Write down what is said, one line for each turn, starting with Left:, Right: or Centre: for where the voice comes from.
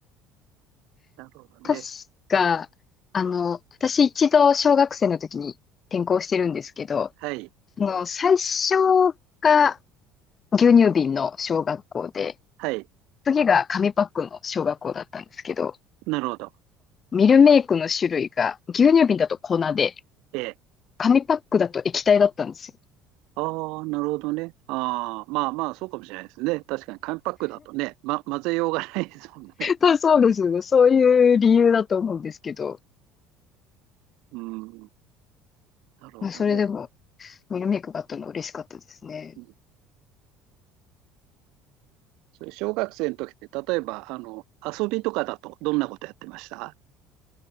Right: なるほどね。
Left: 確か、あの、私一度小学生の時に転校してるんですけど、
Right: はい。
Left: その最初が牛乳瓶の小学校で、
Right: はい。
Left: 次が紙パックの小学校だったんですけど、
Right: なるほど。
Left: ミルメイクの種類が牛乳瓶だと粉で、
Right: ええ。
Left: 紙パックだと液体だったんですよ。
Right: ああ、なるほどね。ああ、まあまあ、そうかもしれないですね。確かに紙パックだとね、ま、混ぜようがないですもんね。
Left: あそうですよね。そういう理由だと思うんですけど、
Right: <laughs> うん。なるほどね。
Left: まあ、それでも、ミルメイクがあったのは嬉しかったですね。
Right: うん、それ小学生の時って、例えば、あの、遊びとかだとどんなことやってました